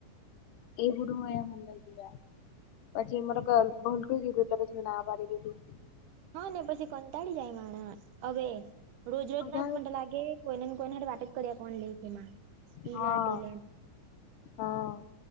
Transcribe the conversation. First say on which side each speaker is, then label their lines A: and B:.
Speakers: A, on the left (about 80°); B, on the right (about 75°).
A: એ બુડું હોયા મુંબઈ ગવા. પછી એ મારે ભલું કીધું એટલે પછી ના મારી દીધું.
B: હા ને પછી કંટાળી જાય માણસ હવે રોજરોજ
A: બધા
B: ના જ મને લાગે કોઈને ને કોઈને વાટ જ કર્યા કોણ લઈ તેમાં ઈ
A: હા
B: લે તે લે.
A: હા